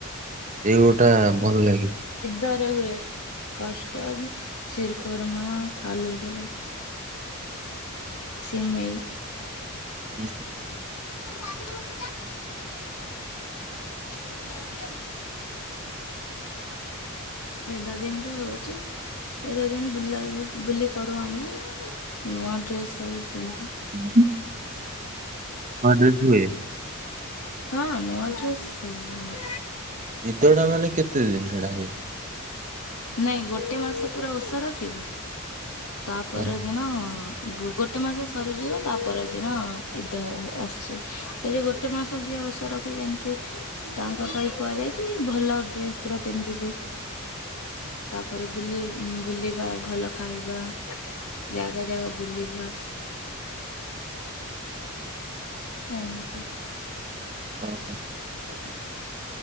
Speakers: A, on the right; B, on the left.
A: ସେଇଗୋଟା ଭଲ ଲାଗେ।
B: ଦରେ ହୁଏ। କଷ୍ଟାର୍ ଶିରଖୋରମା ଫାଲୁଦା। ସିମେଇ।
A: ହୁଁ।
B: ଗାଧେଇବୁ ପୁରା। <inaudible> ଏ ଦା ଦିନରେ ହଉଛି। ଏତେ ଦିନ ବୁଲାବୁଲି କରୁ ଆମେ ନୂଆ ଡ୍ରେସ ସବୁ ପିନ୍ଧୁ।
A: ହୁଁ। <inaudible> ହୁଏ।
B: ହଁ ନୂଆ ଡ୍ରେସ୍ ହୁଏ ଆମର
A: ଇଦଟା ମାନେ କେତେ ଦିନ ସେଟା ହୁଏ?
B: ନାଇଁ ଗୋଟେ ମାସ ପୁରା ଓଷା ରଖିବୁ? ତା ପରଦିନ
A: ହଁ
B: ଗୋ ଗୋଟେ ମାସ ସରିଯିବ ତା ପର ଦିନ ଇଦ ଆସୁଛି ସେ ଯୋଉ ଗୋଟେ ମାସ ଯିଏ ଓସା ରଖି ଯାନ୍ତି ତାଙ୍କ ପାଇଁ କୁହାଯାଇଛି ଭଲ ଡ୍ରେସ ପୁରା ପିନ୍ଧିବେ। ତାପରେ ବୁଲି ବୁଲିବା ଭଲ ଖାଇବା। ଜାଗା ଜାଗା ବୁଲିବା। ଏମିତି
A: ଓ ହୋ।
B: ହ